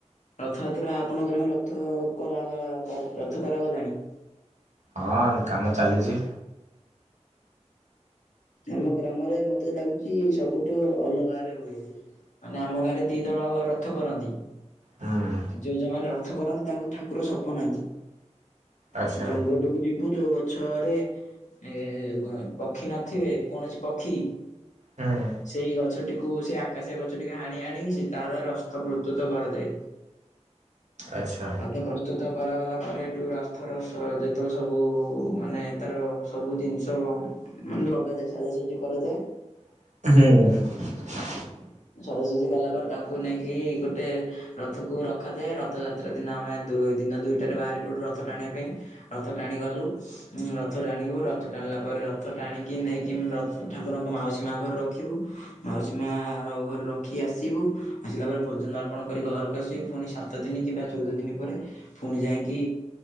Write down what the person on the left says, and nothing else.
ରଥଯାତ୍ରା ଆପଣଙ୍କର ରଥ କରାଗଲା ରଥ କରାଗଲାଣି।
ଆମ ଗ୍ରାମରେ ମତେ ଲାଗୁଛି ସବୁଠୁ ଅଲଗା ରେ ହୁଏ ମାନେ ଆମ ଗାଁରେ ଦି ଦଳ ରଥ କରନ୍ତି।
ଯୋଉ ଯୋଉଁ ମାନ ରଥ ରଥ କରନ୍ତିୁ ତାଙ୍କୁ ଠାକୁର ସପନ ଆସେ।
ଜଙ୍ଗଲକୁ ଯି ଭୁଜ ଗଛରେ ଏ ପକ୍ଷୀ ନଥି ଦେଖିବେ କୌଣସି ପକ୍ଷୀ
ସେଇ ଗଛ ତାକୁ ସେ ଆକାଶେ ଗଛଟିକୁ ହାଣି ହାଣି ସେ ତାର ରଥ ପ୍ରସ୍ତୁତ କରାଯାଏ।
ରଥ ପ୍ରସ୍ତୁତ କରାଗଲା ପରେ ଏଠୁ ରଥର ଯେତେକ ସବୁ ମାନେ ତାର ସବୁ ଜିନିଷ ମାନେ ଲଗା ସଜାସଜି କରାଯାଏ।
ସଜାସଜି ଗଲା ପରେ ତାଙ୍କୁ ନେଇକି ଗୋଟେ ରଥକୁ ରଖାଯାଏ ରଥଯାତ୍ରା। ସେଦିନ ଆମେ ଦୁଇ ଦିନ ଦୁଇଟାରେ ବାହାରି ପଡ଼ୁ ରଥ ଟାଣିବା ପାଇଁ ରଥ ଟାଣିଗଲୁ ରଥ ଟାଣିବୁ ରଥ ଟାଣିଲା ପରେ ରଥ ଟାଣିକି ନେଇକି ରଥ ଠାକୁରଙ୍କ ମାଉସୀ ମା ଘରେ ରଖିବୁ ମାଉସୀ ମା ତାଙ୍କ ଘରେ ରଖି ଆସିବୁ ଆସିଲା ପରେ ଭୋଜନ ଅର୍ପଣ କରି ଘରକୁ ଆସିବୁ ପୁଣି ସାତ ଦିନ କିମ୍ବା ଚଉଦ ଦିନ ପରେ ପୁଣି ଯାଇକି